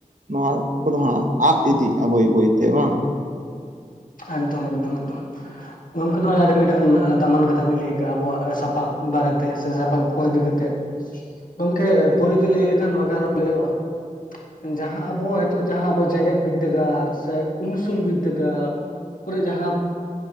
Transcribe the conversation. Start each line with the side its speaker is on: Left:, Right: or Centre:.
Right: ᱱᱚᱣᱟ ᱠᱚᱫᱚ ᱦᱟᱸᱜ ᱟᱫ ᱤᱫᱤᱜᱼᱟ ᱵᱟᱹᱭ ᱵᱟᱹᱭ ᱛᱮ ᱵᱟᱝ?
Left: ᱮᱠᱫᱚᱢ ᱮᱠᱫᱚᱢ ᱮᱠᱫᱚᱢ ᱜᱚᱝᱠᱮ ᱱᱚᱣᱟ ᱟᱹᱰᱤ ᱢᱤᱫᱴᱟᱝ ᱫᱟᱢᱟᱱ ᱠᱟᱛᱷᱟ ᱵᱤᱱ ᱞᱟᱹᱭ ᱠᱟᱜ ᱟᱵᱚᱣᱟᱜ ᱥᱟᱯᱟᱵ ᱵᱟᱨᱮ ᱛᱮ ᱥᱮ ᱥᱟᱯᱟᱵᱼᱼ ᱚᱨ ᱤᱫᱤ ᱠᱟᱛᱮᱫ ᱜᱚᱢᱠᱮ ᱯᱳᱭᱞ ᱛᱮ ᱞᱟᱹᱭ ᱞᱮᱠᱷᱟᱱ ᱱᱚᱣᱟᱨᱚ ᱞᱟᱹᱭᱼᱟ᱾ ᱡᱟᱦᱟᱸ ᱟᱵᱚ ᱱᱤᱛᱚᱜ ᱡᱟᱦᱟᱸ ᱟᱵᱚ ᱡᱮᱜᱮᱛ ᱵᱤᱫᱽᱫᱟᱹᱜᱟᱲ ᱥᱮ ᱩᱱᱥᱩᱞ ᱵᱤᱫᱽᱫᱟᱹᱜᱟᱲ, ᱠᱚᱨᱮ ᱡᱟᱦᱟᱸ